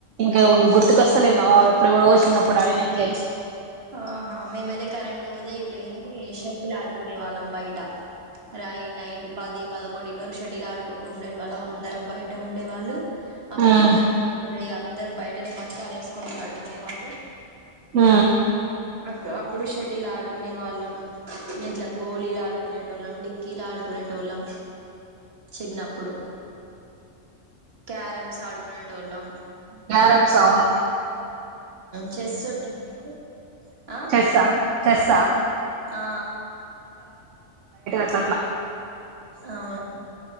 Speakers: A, on the right; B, on the right.
A: ఇంకా గుర్తుకొస్తలేవు ఎప్పుడు కూడా చిన్నప్పుడు ఆడి గేమ్స్
B: ఆహా మేమైతే కరెంట్ పోతేా ఇట్ లేంది షటిల్ ఆడుకునే వాళ్ళం బయట రాయి నైట్ పది పదకొండు ఇ వరకు షటిల్ ఆడుకుంటూ ఉండే వాళ్ళం అందరం బయట ఉండేవాళ్ళు అప్పట్లో
A: ఉమ్
B: కర పోతాయి అందరు బయటనే మంచాలు వేసుకొని కడుకునే వాళ్ళు
A: ఆ
B: అ అప్పుడు షటిలు ఆడుకునే వాళ్ళం ఇట్లా గోళలు ఆడుకునేటోళ్ళం డిక్కీలు ఆడుకునేటోళ్ళం చిన్నప్పుడు క్యారమ్స్ ఆడుకునేటోళ్ళం
A: గ్యారంస్ ఆవును
B: చెస్ వచ్చా ఆ
A: చెస్సా చెస్సా
B: ఆ
A: ట్లా
B: అవును